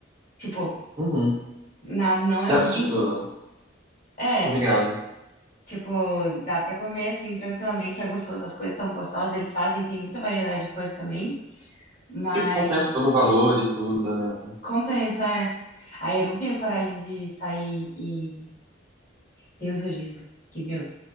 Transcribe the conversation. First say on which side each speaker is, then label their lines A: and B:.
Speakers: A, on the left; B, on the right.
A: Tipo,
B: Uhum.
A: nada não é
B: Dá
A: ruim.
B: pra, tipo,
A: É,
B: tô ligado.
A: tipo, dá pra comer assim tranquilamente, é gostoso, as coisas são gostosas, eles fazem, tem muita variedade de coisas também. Mas
B: Tipo, compensa pelo valor e tudo, né?
A: compensa, é. Aí eu não tenho coragem de sair e tem os rodízios que, meu,